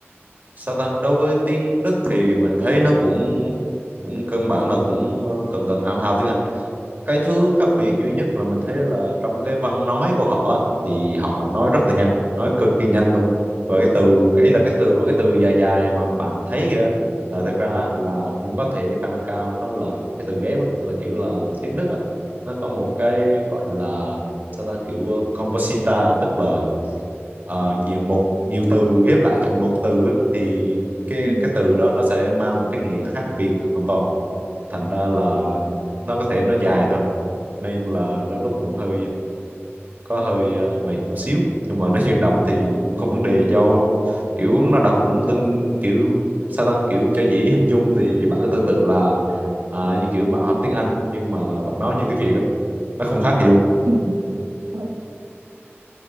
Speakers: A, on the right; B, on the right.
A: sao ta đối với tiếng Đức thì mình thấy nó cũng cũng căn bản là cũng ờ, gần gần hao hao tiếng Anh cái thứ khác biệt duy nhất là mình thấy đó là trong cái văn nói của họ á, thì họ nói rất là nhanh nói cực kỳ nhanh luôn và cái từ cái
B: ừ.
A: ý là cái từ mấy cái từ dài dài mà bạn thấy kìa là thực ra á, là cũng có thể khả năng cao nó là cái từ ghép á, tức là kiểu là tiếng Đức á nó có một cái gọi là sao ta kiểu ờ, composita tức là ờ, nhiều mục nhiều từ ghép lại thành một từ á, thì cái
B: Ừ.
A: cái từ đó nó sẽ mang một cái nghĩa khác biệt hoàn toàn thành ra là nó có thể nó dài thật nên là đôi lúc cũng hơi có hơi ờ, mệt một xíu nhưng mà nói thiệt đọc thì cũng không vấn đề do kiểu nó đọc cũng tương kiểu sao ta kiểu cho dễ hình dung thì bạn cứ tương tự là à, như kiểu bạn học tiếng Anh nhưng mà bạn nói như tiếng Việt á. nó không khác gì luôn
B: Ừ. Ok,